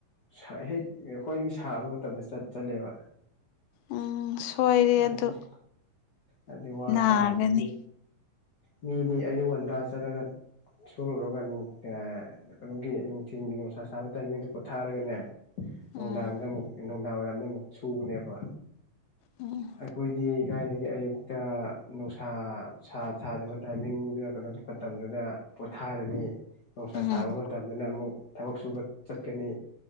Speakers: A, on the left; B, on the left.
A: ꯁꯥꯏ ꯍꯦꯛ ꯈ꯭ꯋꯥꯏꯗꯒꯤ ꯁꯥꯕ ꯃꯇꯝꯗ ꯆꯠ ꯆꯠꯂꯦꯕ꯫
B: ꯎꯝ ꯁꯣꯏꯔꯦ
A: ꯑꯗꯨꯗꯤ
B: ꯑꯗꯨ
A: ꯑꯗꯨꯗꯤ ꯋꯥ
B: ꯅꯥꯒꯅꯤ꯫
A: ꯇꯥꯕꯅꯤ ꯃꯤꯗꯤ ꯑꯌꯨꯛ ꯉꯟꯇꯥ ꯆꯠꯂꯒ ꯁꯨꯔꯨꯔꯒ ꯅꯨꯡ ꯑ ꯅꯣ ꯒꯤ ꯅꯨꯡꯊꯤꯟꯒꯤ ꯅꯨꯡꯁꯥ ꯁꯥꯕ ꯇꯥꯏꯃꯤꯡꯗꯣ ꯄꯣꯊꯥꯔꯒꯅꯦ ꯅꯨꯡꯗꯥꯡꯗ
B: ꯎꯝ
A: ꯑꯃꯨꯛ ꯏꯅꯨꯡ ꯗꯥꯡ ꯋꯥꯏꯔꯝꯕ ꯑꯃꯨꯛ ꯁꯨꯕꯅꯦꯕ꯫
B: ꯎꯝ
A: ꯑꯩꯈꯣꯏꯗꯤ ꯀꯥꯏꯗꯒꯤ ꯑꯌꯨꯛꯇꯥ ꯅꯨꯡꯁꯥ ꯁꯥ ꯁꯥꯗꯕ ꯇꯥꯏꯃꯤꯡꯗꯨꯗ ꯀꯩꯅꯣ ꯃꯇꯝꯗꯨꯗ ꯄꯣꯊꯥꯔꯅꯤ꯫ ꯅꯨꯡꯁꯥ
B: ꯎꯝ
A: ꯁꯥꯕ ꯃꯇꯝꯗꯅ ꯑꯃꯨꯛ ꯊꯕꯛ ꯁꯨꯕ ꯆꯠꯀꯅꯤ